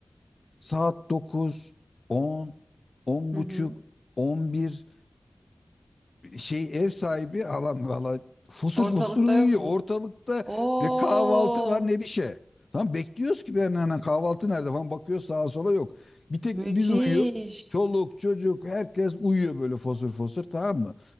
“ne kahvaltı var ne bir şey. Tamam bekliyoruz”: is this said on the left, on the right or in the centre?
Left